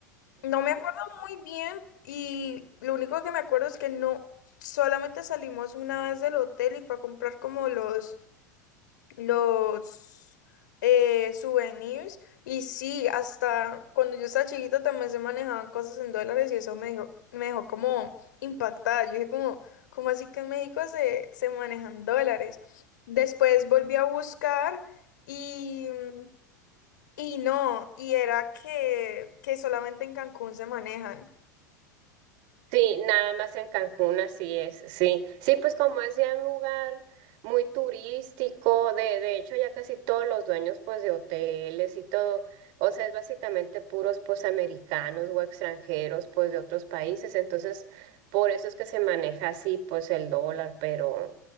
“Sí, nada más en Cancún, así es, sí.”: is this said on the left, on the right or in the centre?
Right